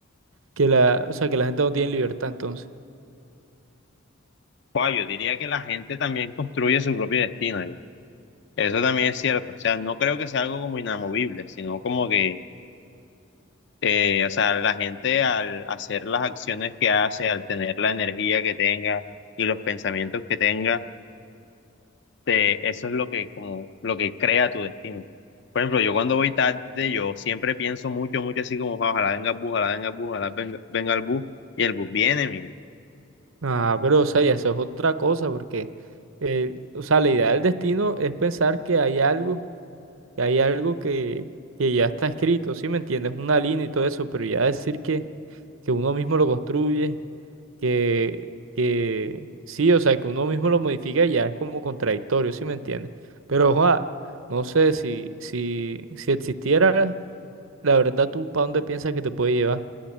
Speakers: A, on the right; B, on the left.
A: que la, o sea, que la gente no tiene libertad entonces.
B: Guau, yo diría que la gente también construye su propio destino, yo. Eso también es cierto, o sea, no creo que sea algo como inamovible, sino como que Eh, o sea, la gente al hacer las acciones que hace, al tener la energía que tenga y los pensamientos que tenga, te- eso es lo que como lo que crea tu destino. Por ejemplo, yo cuando voy tarde, yo siempre pienso mucho, mucho así como, "Ah, ojalá venga el bus, ojalá venga el bus, ojalá venga, venga el bus, y el bus viene, mi
A: Ah, pero o sea, ya eso es otra cosa, porque, eh, o sea, la idea del destino es pensar que hay algo, que hay algo que, que ya está escrito, ¿sí me entiendes? Una línea y todo eso, pero ya decir que, que uno mismo lo construye, que, que sí, o sea, que uno mismo lo modifica ya es como contradictorio, ¿sí me entiendes? Pero, ojalá, no sé si, si, si existiera, la verdad, ¿tú para dónde piensas que te puede llevar